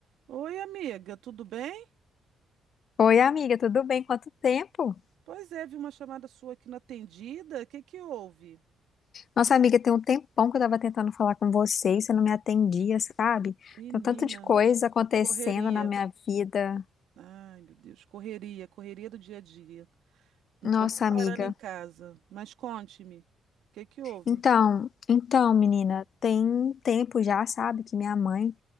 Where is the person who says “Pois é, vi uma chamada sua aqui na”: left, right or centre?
Right